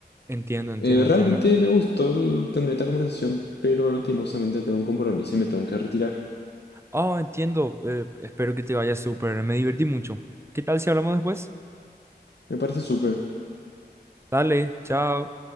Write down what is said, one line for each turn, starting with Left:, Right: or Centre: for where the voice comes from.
Right: Entiendo, entiendo,
Left: Eh,
Right: entiendo.
Left: realmente me gustó el- tener esta conversación, pero lastimosamente tengo un compromiso y me tengo que retirar.
Right: Oh, entiendo. eh, espero que te vaya súper. Me divertí mucho. ¿Qué tal si hablamos después?
Left: Me parece súper.
Right: Dale, chao.